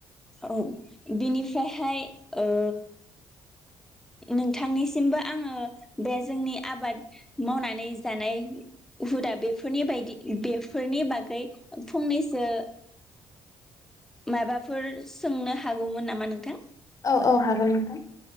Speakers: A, in the centre; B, on the left.
A: औ बिनिफ्रायहाय ओ नोंथांनिसिमबो आङो बे जोंनि आबाद मावनानै जानाय हुदा बेफोरनि बायदि बेफोरनि बागै फंनैसो माबाफोर सोंनो हागौमोन नामा नोंथां?
B: औ औ हागोन नोंथां।